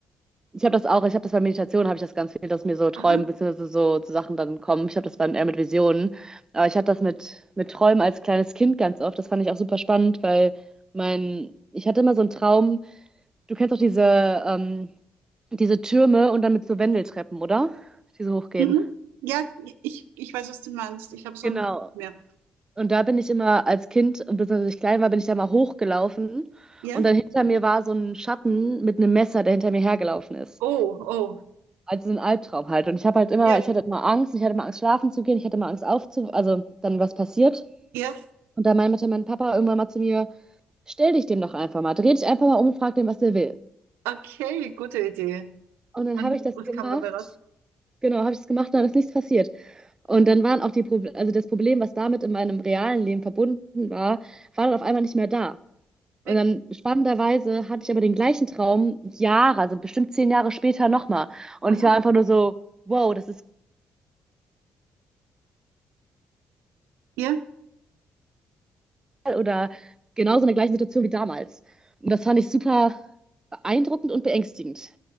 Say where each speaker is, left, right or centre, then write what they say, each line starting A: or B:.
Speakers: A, on the right; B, on the right.
A: Ich habe das auch, ich habe das bei Meditation, habe ich das ganz viel, dass mir so Träumen
B: Aha.
A: beziehungsweise so zu Sachen dann kommen. Ich habe das dann eher mit Visionen. Aber ich hatte das mit, mit Träumen als kleines Kind ganz oft. Das fand ich auch super spannend, weil mein, ich hatte immer so einen Traum. Du kennst doch diese, ähm, diese Türme und dann mit so Wendeltreppen, oder? Die so hochgehen.
B: Mhm. Ja, ich, ich weiß, was du meinst. Ich habe so
A: Genau.
B: ein, mehr.
A: Und da bin ich immer als Kind, beziehungsweise als ich klein war, bin ich da mal hochgelaufen.
B: Ja?
A: Und dann hinter mir war so ein Schatten mit einem Messer, der hinter mir hergelaufen ist.
B: Oh, oh.
A: also ein Albtraum halt. Und ich habe halt immer,
B: Ja,
A: ich hatte immer Angst, ich hatte immer Angst, schlafen zu gehen, ich hatte immer Angst aufzu, also dann was passiert.
B: ja.
A: Und da meinte mein Papa irgendwann mal zu mir, stell dich dem doch einfach mal, dreh dich einfach mal um und frag den, was der will.
B: Okay, gute Idee.
A: Und dann
B: Und
A: habe ich das
B: was
A: gemacht,
B: kam dabei raus?
A: genau, habe ich das gemacht und dann ist nichts passiert. Und dann waren auch die Proble also das Problem, was damit in meinem realen Leben verbunden war, war dann auf einmal nicht mehr da. Und
B: Weg.
A: dann spannenderweise hatte ich aber den gleichen Traum Jahre, also bestimmt zehn Jahre später nochmal. Und
B: Aha.
A: ich war einfach nur so, wow, das ist
B: Ja.
A: oder genauso in der gleichen Situation wie damals. Und das fand ich super beeindruckend und beängstigend.